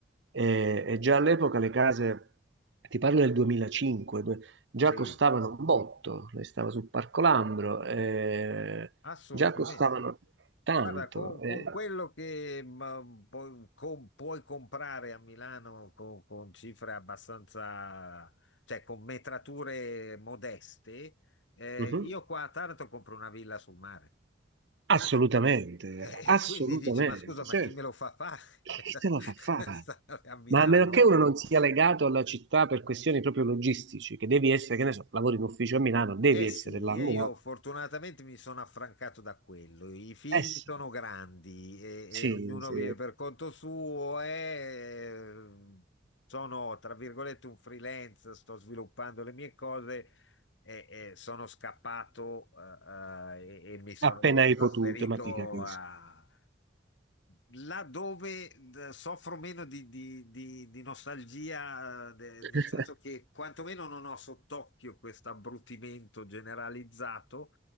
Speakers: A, on the right (about 70°); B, on the left (about 80°).
A: e, e già all'epoca le case, ti parlo del 2005, due- già
B: Sì,
A: costavano un botto, lei stava sul Parco Lambro, eh,
B: assolutamente.
A: già costavano tanto.
B: Guarda, con,
A: eh.
B: con quello che ma, pu- con- puoi comprare a Milano con, con cifre abbastanza, cioè con metrature modeste, eh,
A: Mhm.
B: io qua a Taranto compro una villa sul mare.
A: Assolutamente,
B: <laughs> E
A: assolutamente,
B: quindi dici, ma scusa, ma
A: certo.
B: chi me lo fa fare?
A: Chi
B: <laughs>
A: te la fa fare?
B: Stare a Milano?
A: Ma a meno che uno non sia legato alla città per questioni proprio logistici, che devi essere, che ne so, lavori in ufficio a Milano, devi
B: Eh
A: essere
B: sì,
A: là a
B: e
A: Milano.
B: io fortunatamente mi sono affrancato da quello. I figli
A: Eh sì,
B: sono grandi e,
A: sì,
B: e ognuno
A: sì,
B: vive per conto suo e sono, tra virgolette, un freelance, sto sviluppando le mie cose e, e sono scappato eh, eh, e, e mi sono
A: appena hai
B: trasferito
A: potuto, ma ti capisco.
B: a, là dove eh, soffro meno di, di- di- di nostalgia, eh, de-
A: <laughs>
B: nel senso che quantomeno non ho sott'occhio questo abbrutimento generalizzato,